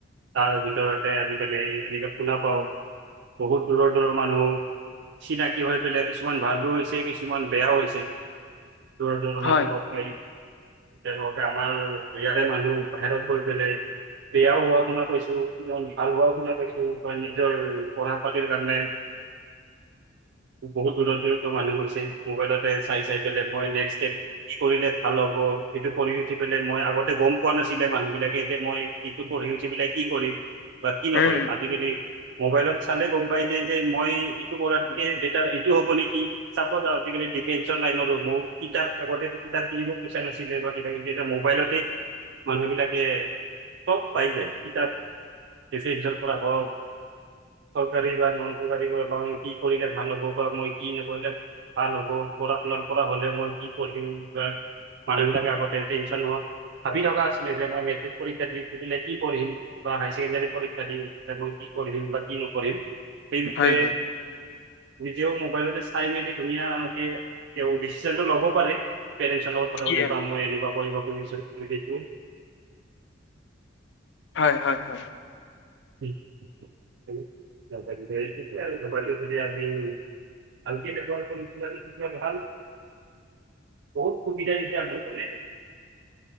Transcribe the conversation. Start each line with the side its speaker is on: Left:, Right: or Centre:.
Right: তাৰ ভিতৰতে আজিকালি আজি কা শুনা পাও বহুত দূৰৰ দূৰৰ মানুহ চিনাকি হৈ পেলাই কিছুমান ভালো হৈছে কিছুমান বেয়াও হৈছে। দূৰৰ দূৰৰ
Left: হয়
Right: মানুহ লগ পাই তেওঁলোক আমাৰ ইয়াৰে মানুহ বাহিৰত গৈ পেলাই বেয়াও হোৱা শুনা পাইছো যি নহক ভাল হোৱাও শুনা পাইছো বা নিজৰ পঢ়া পাতিৰ কাৰণে বহুত দূৰত দূৰতো মানুহ হৈছে মোবাইলতে চাই চাই পেলাই মই নেক্সট ষ্টেপ কি কৰিলে ভাল হ'ব সেইটো কৰি উঠি পেলাই মই আগতে গম পোৱা নাছিলে মানুহ বিলাকে যে মই এইটো পঢ়ি উঠি পেলাই কি পঢ়িম বা কি
Left: উম
Right: নকৰিম
Left: উম
Right: আজিকালি মোবাইলত চালে গম পাই যাই যে মই ইটো কৰাতকে বেটাৰ এইটো হব নেকি? চাপজ আজিকালি ডিফেন্ঞ্চৰ লাইনৰো বহুতকেইটা আগতেটো কিতাপ কিনিলেও পইচা নাছিলে ধৰ এতিয়া কিন্তু এতিয়া মোবাইলতে মানুহ বিলাকে চব পাই যায় কিতাপ। বেছি ৰিজাল্ট কৰা হওক চৰকাৰী বা নন চৰকাৰী হওক মই কি কৰিলে ভাল হ'ব পাৰু, মই কি নকৰিলে ভাল হ'ব পঢ়া শুনা কৰা হ'লেও মই কি পঢ়িম বা মানুহ বিলাকে আগতে টেনশ্যন নোহোৱা ভাবি থকা আছিলে যে মই মেট্ৰিক পৰীক্ষা দি পেলাই কি পঢ়িম বা হায় ছেকেণ্ডাৰী পৰীক্ষা দিম মই কি কৰিম বা কি নকৰিম সেই বিষয়ে
Left: হয় হয়
Right: নিজেও মোবাইলতে চাই মেলি ধুনীয়াকে তেওঁ ডিচিচনটো ল'ব পাৰে পেৰেণ্টছৰ লগত কথা
Left: কি
Right: পাতি বা মই এৰি বা কৰিবতো নিবিচাৰো সেইটোৱে
Left: হয় হয় হয়।
Right: বেয়া সেইটোৱে আৰু মোবাইলটো যদি আমি ভালকে ব্যৱহাৰ কৰিলে আমি তেতিয়া ভাল বহুত সুবিধা দিছে <unintelligible>